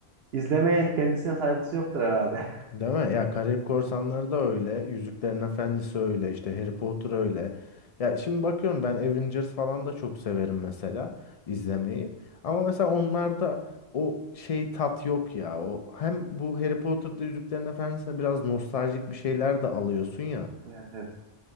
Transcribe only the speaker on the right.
izlemeyen kendisine saygısı yoktur herhalde. <laughs>
Evet evet.